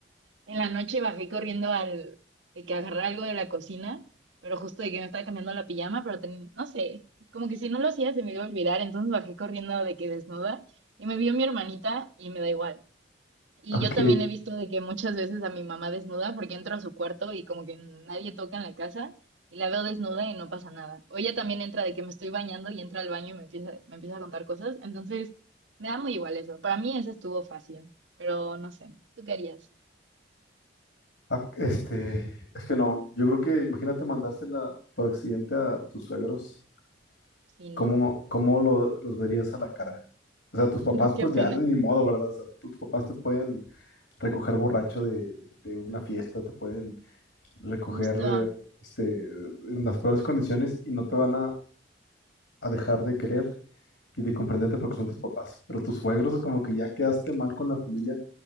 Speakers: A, on the right; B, on the left.
A: En la noche bajé corriendo al, de que agarré algo de la cocina, pero justo de que me estaba cambiando la pijama, pero ten- no sé, como que si no lo hacía se me iba a olvidar, entonces bajé corriendo de que desnuda y me vio mi hermanita y me da igual. Y
B: ok.
A: yo también he visto de que muchas veces a mi mamá desnuda porque entro a su cuarto y como que nadie toca en la casa y la veo desnuda y no pasa nada. O ella también entra de que me estoy bañando y entra al baño y me empieza, me empieza a contar cosas, entonces me da muy igual eso. Para mí eso estuvo fácil, pero no sé, ¿tú qué harías
B: Ah, Este, es que no, yo creo que imagínate mandársela por accidente a tus suegros.
A: si
B: ¿Cómo,
A: no
B: cómo lo- los verías a la cara? O sea,
A: <laughs>
B: tus papás,
A: No, qué
B: pues
A: pena.
B: ya ni modo, ¿verdad? O sea, tus papás te pueden recoger borracho de, de- de una fiesta, te pueden recoger
A: Justo.
B: este, en las peores condiciones y no te van a, a dejar de querer y de comprenderte porque son tus papás. Pero tus suegros, como que ya quedaste mal con la familia